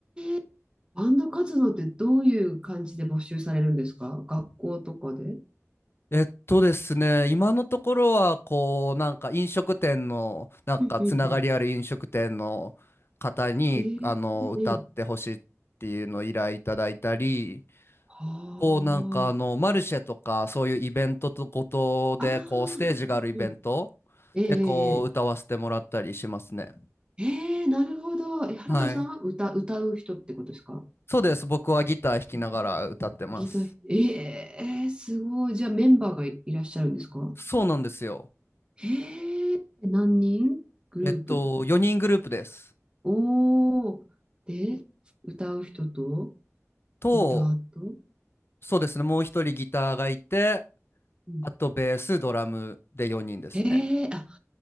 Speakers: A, on the right (about 20°); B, on the left (about 45°).
A: ー、バンド活動ってどういう感じで募集されるんですか学校とかで
B: えっとですね、今のところは、こう、なんか飲食店の、なんかつながりある飲食店の方に、
A: うんうんうん。えー、
B: あの、
A: えー、
B: 歌ってほしいっていうのを依頼いただいたり、
A: はあ。
B: こうなんかあの、マルシェとか、そういうイベントとごとで、
A: ああ、
B: こう、ステージがあるイベントで、
A: うんうん。え
B: こう、歌わせてもらったりしますね。
A: えええええなるほど。え、ハルトさんは歌、
B: はい。
A: 歌う人ってことですか
B: そうです。僕はギター弾きながら歌ってます。
A: ギター、ええすごい。じゃあメンバーがい、いらっしゃるんですか
B: そうなんですよ。
A: へえ、何人グループ。
B: えっと、4人グループです。
A: おー。で、歌う人と、
B: と、
A: ギターと。
B: そうですね。もう一人ギターがいて、
A: うん
B: あとベース、ドラムで4人ですね。
A: ええ、あ、